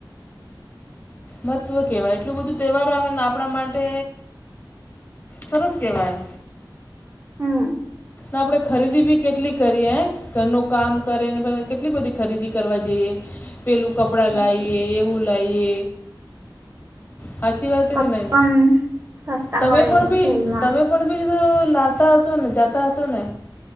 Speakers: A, on the left; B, on the right.
A: મહત્ત્વ કહેવાય એટલું બધું તહેવારો આવે ને આપણા માટે સરસ કહેવાય.
B: હમ્મ.
A: આપણે ખરીદી બી કેટલી કરીએ. ઘરનું કામ કરે ને કેટલી બધી ખરીદી કરવા જઈએ. પેલું કપડાં લાઈએ
B: પછી
A: એવું લાવએ. સાચી વાત
B: પણ
A: કે નહી?
B: સસ્તા
A: તમે
B: મળે
A: પણ ભી
B: સેલમાં
A: તમે પણ બીધ લતા અસુને જતાા હસો ને.